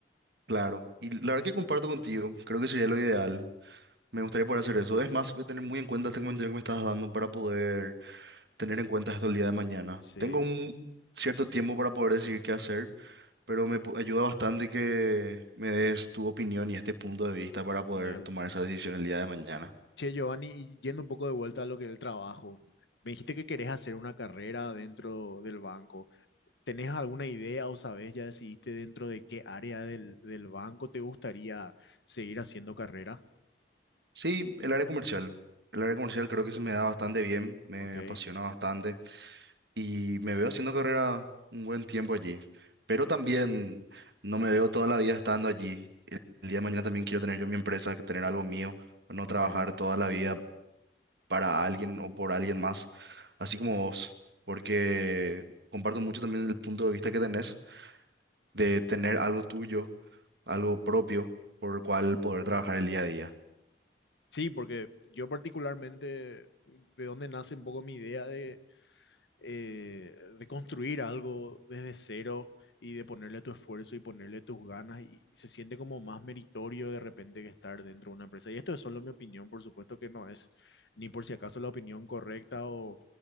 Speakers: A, on the right; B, on the left.
A: Claro. Y la verdad que comparto contigo. Creo que sería lo ideal. Me gustaría poder hacer eso. Es más, voy a tener muy en cuenta este comentario que me estás dando para poder tener en cuenta esto el día de mañana.
B: Sí,
A: Tengo un cierto tiempo para poder decidir qué hacer, pero me pu- ayuda bastante que me des tu opinión y este punto de vista para poder
B: genial.
A: tomar esa decisión el día de mañana.
B: Che, Giovanni, y yendo un poco de vuelta a lo que es el trabajo, me dijiste que querés hacer una carrera dentro del banco. ¿Tenés alguna idea o sabes, ya decidiste dentro de qué área del, del banco te gustaría seguir haciendo carrera?
A: Sí, el área comercial. El área comercial creo que se me da bastante bien, me
B: Ok,
A: apasiona bastante. y me veo haciendo carrera un buen tiempo allí, pero también no me veo toda la vida estando allí. El el día de mañana también quiero tener yo mi empresa, que tener algo mío, no
B: ok.
A: trabajar toda la vida para alguien o por alguien más, así como vos, porque comparto mucho también el punto de vista que tenés de tener algo tuyo, algo propio, por el cual poder trabajar el día a día.
B: Sí, porque yo particularmente, de dónde nace un poco mi idea de eh, de construir algo desde cero y de ponerle tu esfuerzo y ponerle tus ganas y, y se siente como más meritorio de repente que estar dentro de una empresa. Y esto es solo mi opinión, por supuesto que no es ni por si acaso la opinión correcta o,